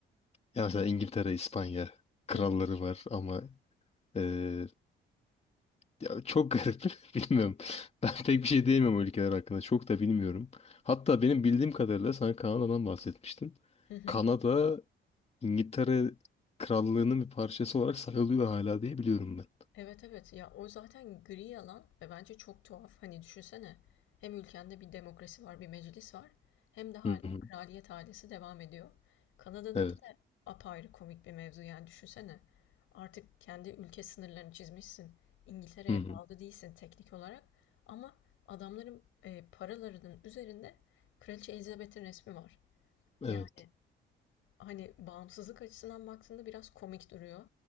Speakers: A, on the left (about 30°); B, on the left (about 85°).
A: ya mesela İngiltere, İspanya
B: Hı
A: kralları
B: hı.
A: var ama Ee, ya çok garip. <laughs> Bilmiyorum. Ben pek bir şey diyemem o ülkeler hakkında. Çok da bilmiyorum. Hatta benim bildiğim kadarıyla sen Kanada'dan bahsetmiştin.
B: Hı hı.
A: Kanada İngiltere Krallığı'nın bir parçası olarak sayılıyor hala diye biliyorum ben.
B: Evet evet ya o zaten gri alan ve bence çok tuhaf. Hani düşünsene hem ülkende bir demokrasi var, bir meclis var hem de hala
A: Hı hı.
B: kraliyet ailesi devam ediyor. Kanada'nınki
A: Evet.
B: de apayrı komik bir mevzu yani düşünsene. Artık kendi ülke sınırlarını çizmişsin. İngiltere'ye
A: Hı hı.
B: bağlı değilsin teknik olarak ama adamların e, paralarının üzerinde Kraliçe Elizabeth'in resmi var. Yani
A: Evet.
B: hani bağımsızlık açısından baktığında biraz komik duruyor.